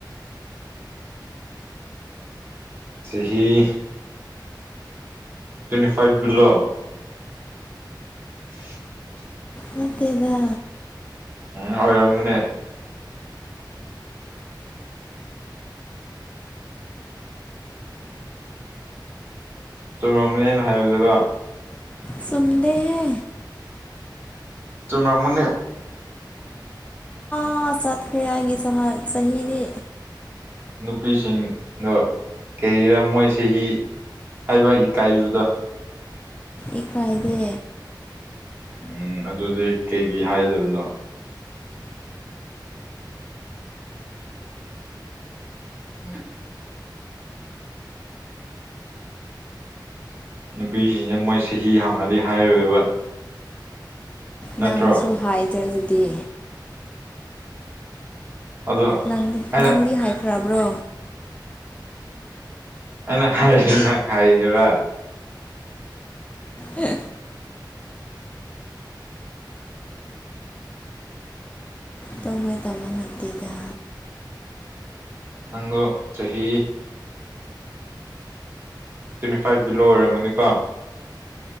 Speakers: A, on the right (about 30°); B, on the left (about 15°).
A: ꯆꯍꯤꯍꯤ ꯇ꯭ꯋꯦꯟꯇꯤ ꯐꯥꯏꯚ ꯕꯤꯂꯣ <unintelligible>
B: ꯅꯠꯇꯦꯗ
A: ꯎꯝ ꯑꯣꯏꯣꯏꯔꯝꯒꯨꯅꯦ ꯆꯨꯝꯔꯝꯕꯅꯦꯅ ꯍꯥꯏꯕꯗꯀꯣ
B: ꯆꯨꯝꯗꯦꯍꯦ
A: ꯆꯨꯝꯃꯝꯒꯅꯤ
B: ꯑ ꯆꯠꯈ꯭ꯔꯦ ꯑꯩꯒꯤ ꯁꯍꯥꯟ ꯆꯍꯤꯗꯤ
A: ꯅꯨꯄꯤꯁꯤꯡꯗꯣ ꯀꯩꯔ ꯃꯣꯏ ꯆꯍꯤ ꯍꯥꯏꯕ ꯏꯀꯥꯏꯕꯗꯣ
B: ꯏ ꯐꯏꯗ
A: ꯎꯝ ꯑꯗꯨꯗꯤ ꯀꯩ ꯀꯩ ꯍꯥꯏꯗꯕꯅꯣ ꯎ ꯅꯨꯄꯤꯁꯤꯡꯁꯦ ꯃꯣꯏ ꯆꯍꯤ ꯍꯥꯡꯉꯗꯤ ꯍꯥꯏꯔꯣꯏꯕ ꯅꯠꯇ꯭ꯔꯣ
B: ꯅꯪꯁꯨ ꯍꯥꯏꯗ꯭ꯔꯦ ꯑꯗꯨꯗꯤ
A: ꯑꯗꯣ
B: ꯅꯪꯗꯤ
A: ꯑꯩꯅ
B: ꯅꯪꯗꯤ ꯍꯥꯏꯈ꯭ꯔꯕ꯭ꯔꯣ
A: ꯑꯩꯅ ꯍꯥꯏꯁꯅ ꯈꯥꯏꯒꯦꯔ
B: ꯍ ꯇꯃꯩ ꯇꯃꯜꯇꯗ
A: ꯅꯪꯗꯣ ꯆꯍꯤ ꯇ꯭ꯋꯦꯟꯇꯤ ꯐꯥꯏꯚ ꯕꯤꯂꯣ ꯑꯣꯏꯔꯦ ꯃꯨꯅꯤꯀꯥ